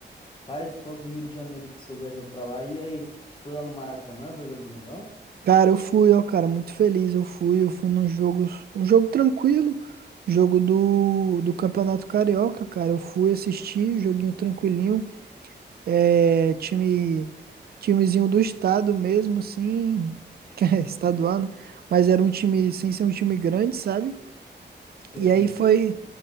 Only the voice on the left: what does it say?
Cara, e tu falou do Rio de Janeiro e que você viajou pra lá. E aí, foi lá no Maracanã ver o jogo do Mengão?
Sei.